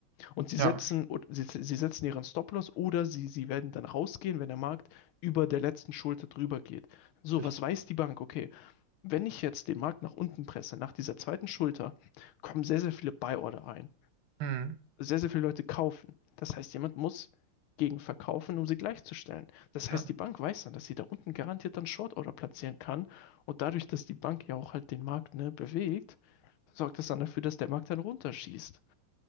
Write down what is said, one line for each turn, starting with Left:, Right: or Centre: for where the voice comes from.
Left: Und sie
Right: ja.
Left: setzen, sie, sie setzen ihren Stop-Loss oder sie, sie werden dann rausgehen, wenn der Markt über der letzten Schulter drüber geht. So,
Right: Ich,
Left: was weiß die Bank? Okay, wenn ich jetzt den Markt nach unten presse, nach dieser zweiten Schulter, kommen sehr, sehr viele Buy-Order ein.
Right: mhm.
Left: Sehr, sehr viele Leute kaufen. Das heißt, jemand muss gegen verkaufen, um sie gleichzustellen. Das
Right: Ja.
Left: heißt, die Bank weiß dann, dass sie da unten garantiert dann Short-Order platzieren kann. Und dadurch, dass die Bank ja auch halt den Markt ne, bewegt, sorgt das dann dafür, dass der Markt dann runterschießt.